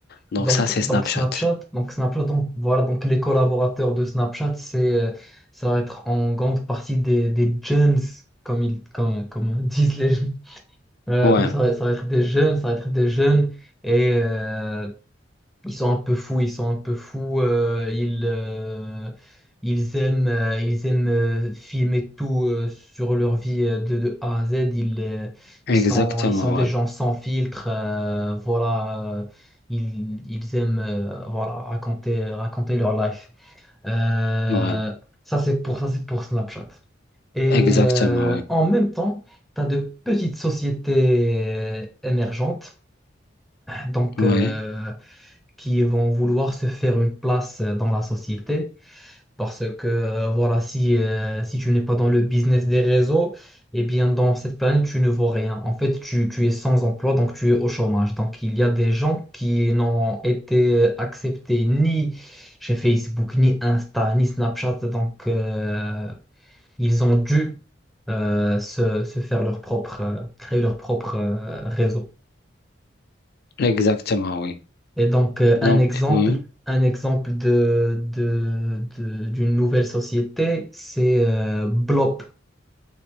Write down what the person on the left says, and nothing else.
Donc,
ça, c'est
Snapchat.
Ouais,
exactement,
ouais.
Ouais,
exactement,
ouais.
Ouais,
exactement, oui.
Donc,
oui,